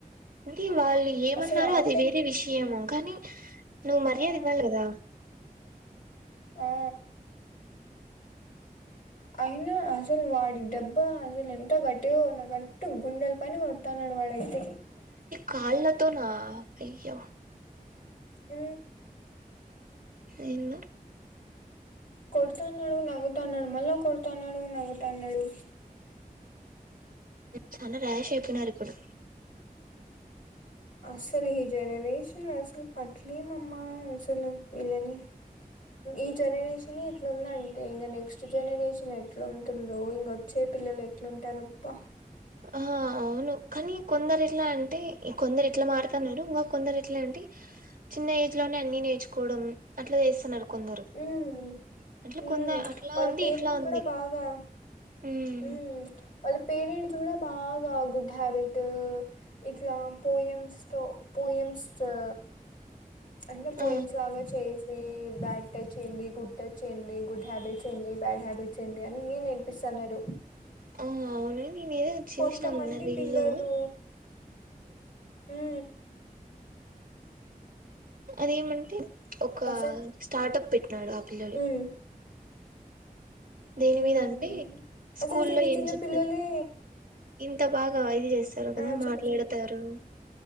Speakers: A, on the right; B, on the left.
A: అంటే వాళ్ళు ఏమన్నారో
B: అసలు ఆ
A: అది
B: పెద్
A: వేరే విషయము కానీ నువ్వు మర్యాద
B: ఆ
A: ఇవ్వాల్ల కదా
B: ఆ అయినా అసలు వాడు దెబ్బా అసలు ఎంతో గట్టిగా ఉన్న కరెక్ట్ గుండెల పైన తన్నాడు వాడైయితే
A: కాళ్ళ తోనా అయ్యో
B: మ్మ్
A: ఎందొ
B: కొడతాన్నాడు నగుతాన్నాడు మళ్ళా కొడుతాన్నాడు నగతాన్నాడు
A: చాలా ర్యాష్ అయిపోయినారు ఇప్పుడు
B: అసలు ఈ జనరేషన్ అసలు పట్లే మామ్మ అసలు వీళ్ళని ఈ జనరేషన్ ఏ ఇంకా నెక్స్ట్ జనరేషన్ ఎట్లాంటుందో ఇంకొచ్చే పిల్లలు ఎట్లుంటారబ్బ
A: ఆహ అవును కానీ కొందరు ఇట్లా అంటే కొందరు ఇట్లా మారుతున్నారు ఇంకా కొందరు ఎట్లా అంటే చిన్న ఏజ్ లోనే అన్ని నేర్చుకోవడం అట్లా చేస్తున్నారు కొందరు
B: ఉ మ్మ్
A: అట్లా కొంద అట్లా
B: వాళ్ళ
A: ఉంది
B: పేరెంట్స్
A: ఇట్లా ఉంది
B: కూడా బాగా
A: ఉమ్,
B: మ్మ్ వాళ్ల పె పేరెంట్స్ కూడా బాగా గుడ్ హ్యాబిట్ ఇట్లా పోయమ్స్ తో పోయమ్స్ ఆ పే అంటే పోయిమ్స్
A: ఆ
B: లాగా చేపీస్ యే బ్యాడ్ టచ్ ఏంది గుడ్ టచ్ ఏంది గుడ్ హ్యాబిట్స్ ఏంది బ్యాడ్ హ్యాబిట్స్ ఏంది అన్ని నేర్పిస్తున్నారు.
A: ఆ అవును నేను ఏదో చూసినా
B: కొంతమంది
A: మొన్న రీల్
B: పిల్లలు
A: లో
B: ఉం
A: అదేమంటే ఒక
B: అసలు
A: స్టార్ట్ దాడ ఆపిల్లోడి
B: ఉమ్
A: దేని
B: ఉమ్
A: మీద అంటే స్కూల్లో
B: అసలు చిన్న
A: ఏం
B: చిన్న
A: చెప్తారు
B: పిల్లలే
A: ఇంత బాగా ఐల్ చేస్ చేస్తారు కదా
B: ఆ చెప్పచ్చు
A: మాట్లాడతారు ఉం